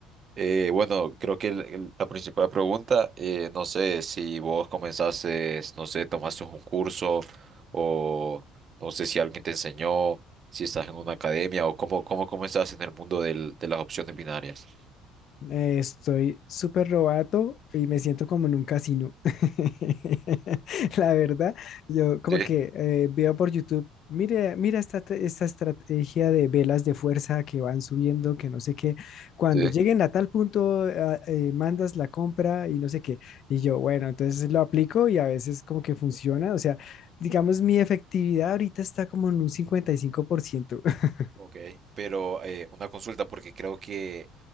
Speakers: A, on the right; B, on the left.
A: Eh, bueno, creo que el- el- la principal pregunta, eh, no sé, si vos comenzaste, no sé, tomaste un curso o no sé si alguien te enseñó, si estás en una academia o cómo, cómo comenzaste en el mundo del- de las opciones binarias.
B: Eh, Estoy súper robato y me siento como en un casino. <laughs> La verdad, yo como
A: Sí,
B: que eh, veo por YouTube, mire, mira esta, te- esta estrategia de velas de fuerza que van subiendo, que no sé qué. Cuando
A: sí.
B: lleguen a tal punto, ah, eh, mandas la compra y no sé qué. Y yo, bueno, entonces lo aplico y a veces como que funciona. O sea, digamos, mi efectividad ahorita está como en un cincuenta y cinco por ciento <laughs>
A: Ok, pero eh, una consulta porque creo que